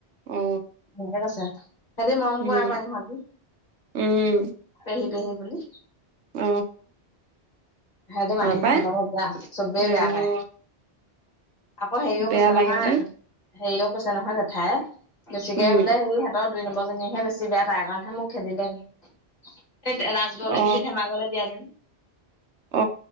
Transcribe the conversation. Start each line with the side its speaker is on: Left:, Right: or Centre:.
Right: অ
Left: মোৰ ঘৰত আছে। সেতি মৰম
Right: উম
Left: কৰে আক' ইহতি।
Right: উম
Left: পেহী পেহী বুলি।
Right: অ
Left: সিহঁতৰ মাহীয়েকহঁতৰ
Right: হয় পাই
Left: পৰা চবেই
Right: সেইদিনাখনি
Left: বেয়া পায়।
Right: অ
Left: আকৌ হেৰিও
Right: বেয়া
Left: কৈছে নহয়
Right: লাগিবতোন
Left: হেৰিও কৈছে নহয় জেঠায়ে। বেছিকে
Right: উম
Left: বোলে হেৰি হেতৰ দুই ন জনীহে বেছি বেয়া। তাইৰ কাৰণেহে মোক খেদিলে বোলে। এ- তে- ৰাজগড়লে
Right: অ
Left: এনকে ধেমাগলৈ দিয়া যেন।
Right: অ